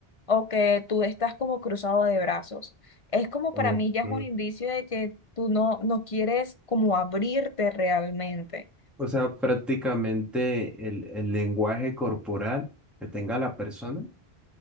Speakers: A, on the left; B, in the centre.
A: o que tú estás como cruzado de brazos. Es como
B: Ok.
A: para mí ya es un indicio de que tú no, no quieres como abrirte realmente.
B: O sea, prácticamente el, el lenguaje corporal que tenga la persona.